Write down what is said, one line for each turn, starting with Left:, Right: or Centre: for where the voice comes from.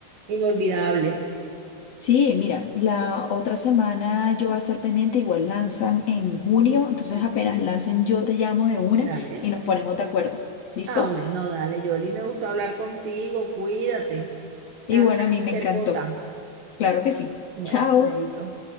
Right: inolvidables.
Left: Sí, mira, la otra semana yo voy a estar pendiente, igual lanzan en junio, entonces apenas lancen yo te llamo de una
Right: Dale.
Left: y nos ponemos de acuerdo. ¿Listo?
Right: Ah, bueno, dale, Yoli, me gustó hablar contigo, cuídate. Me
Left: Igual
Right: avisa
Left: a mí
Right: cualquier
Left: me encantó.
Right: cosa.
Left: Claro que sí.
Right: Bueno,
Left: Chao.
Right: chaito.